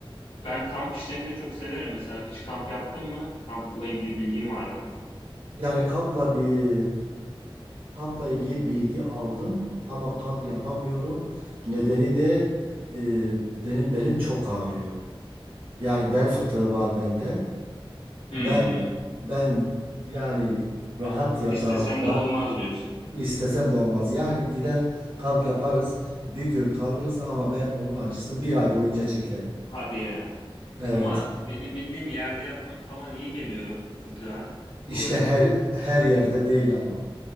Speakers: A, on the left; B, on the right.
A: ben kamp işlerini de çok severim mesela. Hiç kamp yaptın mı? Kampla ilgili bilgin var mı?
B: Yani kampla bir Kampla ilgili bilgi aldım ama kamp yapamıyorum. Nedeni de e, benim belim çok ağrıyor. Yani bel fıtığı var bende.
A: Hmm.
B: Ben ben yani rahat yatağımda
A: İstesen de olmaz diyorsun.
B: istesem de olmaz. Yani gider kamp yaparız, bir gün kalırız ama ben onun acısını bir ay boyunca çekerim.
A: Hadi ya.
B: Evet.
A: Ama benim bildiğim yerde yatmak falan iyi geliyor fıtığa.
B: İşte
A: Doğru değil
B: her
A: mi?
B: her yerde değil ama.